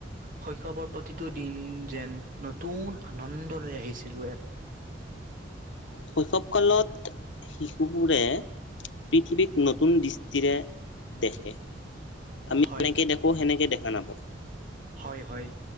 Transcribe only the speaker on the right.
শৈশৱৰ প্ৰতিটো দিন যেন নতুন আনন্দ লৈ আহিছিলো এক
হয়
হয় হয়